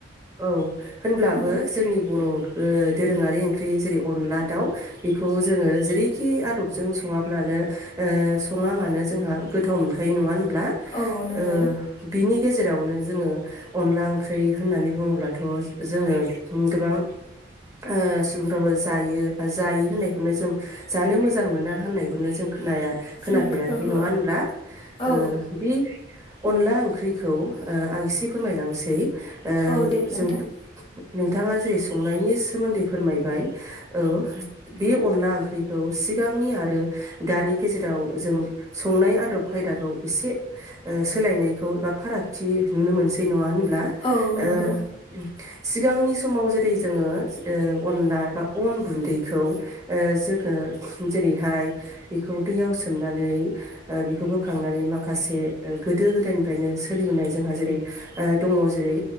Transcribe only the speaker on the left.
औ
औ नंगौ
जों ओहो
औ
औ दे खोन्थादो
औ नंगौ